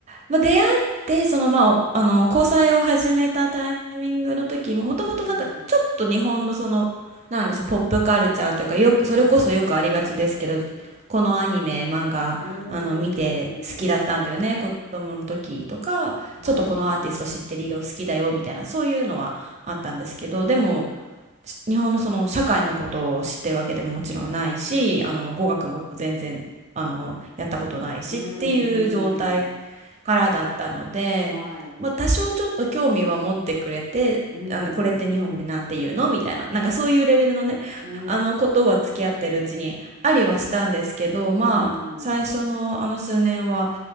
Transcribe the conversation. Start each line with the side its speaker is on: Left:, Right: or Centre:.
Right: まあ、出会って、その、まあ、おあの、交際を始めたタイミングの時も、もともとなんかちょっと日本のその、
Left: <laughs> うん、
Right: なんでしょう、ポップカルチャーというか、よく、
Left: うん、
Right: それこそよくありがちですけど、
Left: うん、
Right: このアニメ、漫画、
Left: うん、
Right: あの、見て好きだったんだよね、
Left: うん、
Right: 子供の時とか、
Left: はい、
Right: ちょっとこのアーティスト知ってるよ、
Left: うん、
Right: 好きだよ、みたいな、そういうのはあったんですけど、でも、し日本のその社会のことを知ってるわけでももちろんないし、あの、語学も全然、あの、やったことないしっていう状態
Left: うん、うん。
Right: からだったので、
Left: はい。
Right: まあ、
Left: う
Right: 多少ちょっと興味は持ってくれてあのこれって日本語でなんて言うのみたいな、
Left: ん。う
Right: なんかそういうレベルのねあのことは付き合ってるうちにありはしたんですけどまあ最初のあの数年は
Left: ーん。うんうん。